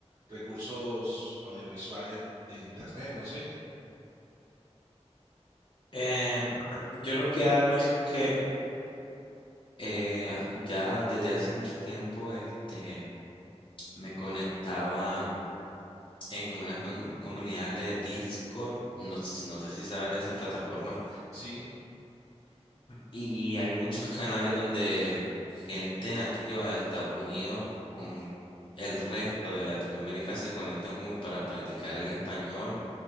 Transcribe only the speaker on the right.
recursos audiovisuales de internet, no sé?
Sí.